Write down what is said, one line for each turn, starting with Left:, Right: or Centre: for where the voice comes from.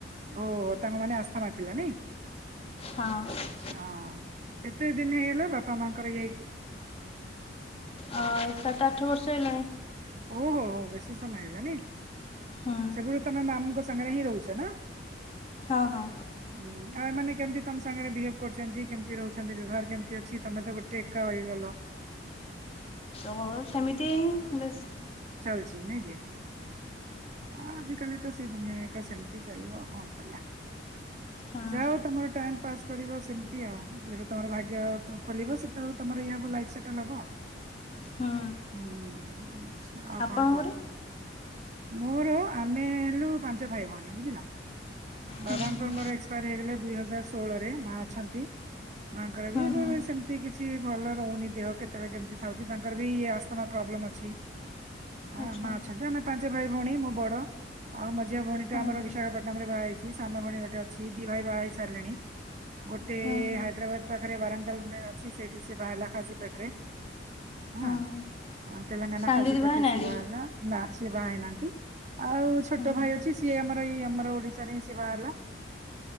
Right: ଓହୋ ତାଙ୍କ ମାନେ ଆସ ଥିଲା ନାଇଁ।
Left: ହଁ
Right: ଆଚ୍ଛା ଆଚ୍ଛା। କେତେ ଦିନ ହେଇଗଲା ବାପା ମାଙ୍କର ଇଏହେଇକି?
Left: ଅ। ସାତ ଆଠ ବର୍ଷ ହେଲାଣି।
Right: ଓହୋ ହୋ ବେଶୀ ସମୟ ହେଲା ନାଇଁ।
Left: ହଁ
Right: ସବୁବେଳେ ତମେ ମାମୁଙ୍କ ସ ସାଙ୍ଗରେ ହିଁ ରହୁଛ ନା।
Left: ହଁ ହଁ।
Right: ଉଁ ଆଉ ଏମାନେ କେମିତି ତମ ସାଙ୍ଗରେ ବିହେଭ କରୁଛନ୍ତି କେମିତି ରହୁଛନ୍ତି ବ୍ୟବହାର କେମିତି ଅଛି ତମେ ତ ଗୋଟେ ଏକା ହେଇଗଲ।
Left: ହ ସେମିତି ବେଶି।
Right: ଚାଲଛି ନାଇଁ କି। ଆ ଆଜି କଲି ତ ସେଇ ଦୁନିଆ ଏକ ଏକା ସେମତି ଚାଲିବ ଆଉ କଣ କରିବା?
Left: ହଁ
Right: ଯାଅ ତମର ଟାଇମ ପାସ କରିବ ସେମତି ଆଉ ଯେବେ ତମର ଭାଗ୍ୟ ଖୋ ଖୋଲିବ ସେତୋବେଳୁ ତମର ଇବ ଲାଇପ୍ ସେଟଲ ହବ।
Left: ହୁଁ
Right: ହୁଁ ହୁଁ ହୁଁ। ଆଚ୍ଛା ଆଉ
Left: ଆପଣଙ୍କର
Right: କଣ କୁହ। ମୋର ଆମେ ହେଲୁ ପାଞ୍ଚ ଭାଇ ଭଉଣୀ ବୁଝିଲା। ବାବାଙ୍କର
Left: ହୁଁ ହୁଁ
Right: ମୋର ଏକ୍ସ ପାୟାର ହେଇଗଲେ ଦୁଇ ହଜାର ଷୋହଳରେ। ମା ଅଛନ୍ତି। ମାଙ୍କର ବି
Left: ହୁଁ
Right: ଏବେ
Left: ହୁଁ
Right: ସେମତି କିଛି ଭଲ ରହୁନି ଦେହ କେତେବେଳେ କେମତି ଖାଉଚି। ତାଙ୍କର ବି ଆସ୍ତମା ପ୍ରୋବ୍ଲେମ ଅଛି। ହଁ
Left: ଆଚ୍ଛା
Right: ମା ଅଛନ୍ତି ଆମେ ପା ଯେ ଭାଇ ଭଉଣୀ ମୁଁ ବଡ଼। ଆଉ ମଝିଆ ଭଉଣୀଟା
Left: ହୁଁ
Right: ଆମର
Left: ହୁଁ
Right: ବିଶାଖାପାଟନମରେ ବାହା ହେଇଚି। ସାନ ଭଉଣୀ ଗୋଟେ ଅ ଛି ଦି ଭାଇ ବାହା ହେଇ ସାରିଲେଣି। ଗୋଟେ
Left: ହୁଁ ହୁଁ
Right: ହାଇଦ୍ରାବାଦ ପାଖରେ ବାରଙ୍ଗାଲରେ ଅଛି ସେଇଠି ସେ ବାହାହେଲା ଖାଜିପେଟରେ ହଁ।
Left: ହୁଁ
Right: ଆ ତେଲେଙ୍ଗାନା
Left: ସାନ
Right: ଖାଜିପେଟରେ
Left: ଦିଦି ହେଇନାହାନ୍ତି
Right: ସିଏ ବାହା ହେଲା। ଲା ସିଏ ବାହା ହେଇ ନାହାନ୍ତି। ଆଉ ଛୋଟ
Left: ହୁଁ
Right: ଭାଇ
Left: ହୁଁ
Right: ଅଛି ସିଏ ଆମର ଏଇ ଆମର ଓଡ଼ିଶାରେ ହିଁ ସିଏ ବାହା ହେଲା।